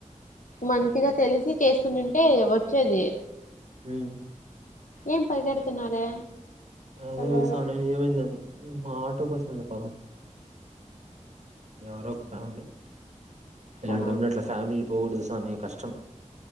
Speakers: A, on the left; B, on the right.
A: మంచిగా తెలిసి చేస్తున్నా ఏ వచ్చేది
B: హ్మ్
A: ఏం పరిగెడుతున్నారే
B: అ
A: వాళ్ళెవరో
B: చస ఏమంది ఆటో కోస్తుంది పా ఎవరో ఒక ఫ్యామిలీ ఇలాంటి
A: ఆ
B: ఉన్నట్లా ఫ్యామిలీ పోకూడదు సామీ కష్టం